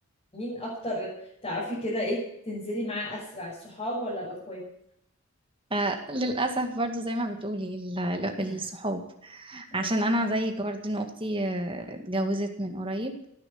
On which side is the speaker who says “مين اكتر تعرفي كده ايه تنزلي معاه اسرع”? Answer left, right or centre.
Left